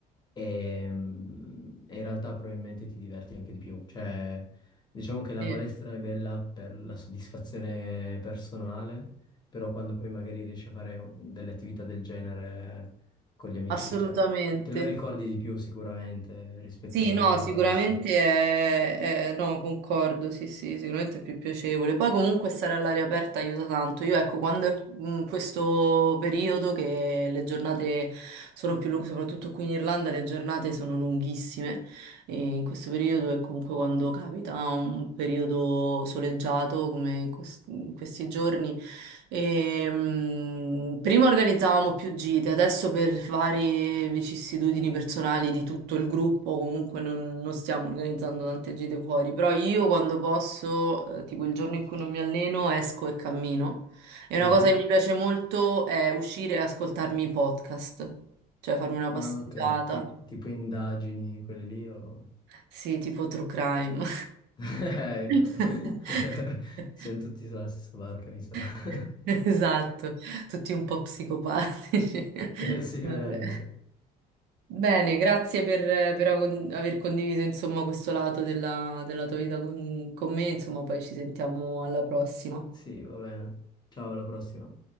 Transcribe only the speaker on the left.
E, mm, e in realtà probabilmente ti diverti anche di più. Cioè, diciamo che la
palestra è bella per la soddisfazione personale, però quando poi magari riesci a fare delle attività del genere con gli amici,
cioè, te lo ricordi di più sicuramente rispetto
a rimanere
in palestra.
Mhm.
Ah, ok. Ti- tipo indagini, quelle lì o...
Eh, Ecco,
<laughs> siamo tutti sulla stessa barca, mi sa.
<laughs>
Sì,
veramente.
Sì, va bene. Ciao, alla prossima.